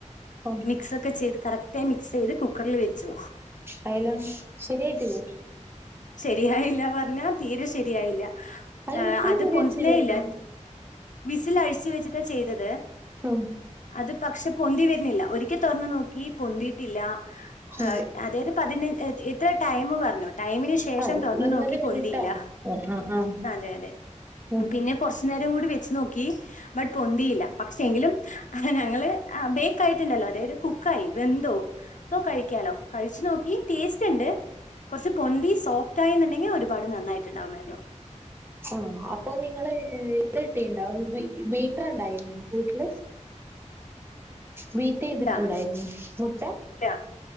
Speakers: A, on the right; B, on the left.
A: ഉം.
B: മിക്സ് ഒക്കെ ചെയ്ത് കറക്റ്റയി മിക്സ് ചെയ്ത് കുക്കറിൽ വെച്ചു
A: അയലോ ശരിയായിട്ടില്ലേ
B: ശരിയായില്ല പറഞ്ഞാ തീരെ ശരിയായില്ല
A: വിസിൽ
B: അത്
A: ഊരി
B: പൊന്തുന്നേ
A: വെച്ചില്ലേനോ
B: ഇല്ല വിസിൽ അഴിച്ചു വെച്ചിട്ടാ ചെയ്തത്
A: ഹം
B: അത് പക്ഷെ പൊന്തി വര്ന്നില്ല ഒരിക്കെ തൊർന്നു നോക്കി പൊന്തിയിട്ടില്ല ആഹ്
A: ഉം.
B: അതായത് പതിനൻ ഇത്ര ടൈം പറഞ്ഞു ടൈമിന് ശേ ശേഷം
A: ആ
B: തൊർന്നു
A: ഇരുപത്
B: നോക്കി പൊന്തിയില്ല
A: മിനിറ്റോ ആ ആ ആ
B: അതെഅതേ
A: ഉം.
B: പിന്നെ കൊർച്ച് ച്ചു നേരോം കൂടി വെച്ച് നോക്കി ബട്ട് പൊന്തിയില്ല പക്ഷേ എങ്കിലും ഞങ്ങള് ബേക്ക് ആയിട്ടുണ്ടല്ലോ അതായത് കുക്കായി വെന്തോ സൊ കഴിക്കാലോ കഴിച്ചു നോക്കി ടേസ്റ്റ്ണ്ട് കൊർച്ച് പൊന്തി സോ ഫ്റ്റായിന്നുണ്ടെങ്കി ഒരുപാട് നന്നായിട്ടുണ്ടാകുമായിരുന്നു
A: ആഹ് അപ്പൊ നിങ്ങള് ഇതിട്ടിണ്ടാവും ബീറ്റർണ്ടായിരുന്നു വീട്ടില് ബീറ്റ് ചെയ്തിട്ടുണ്ടായിരുന്നു
B: ഇല്ല
A: മുട്ട
B: ഇല്ല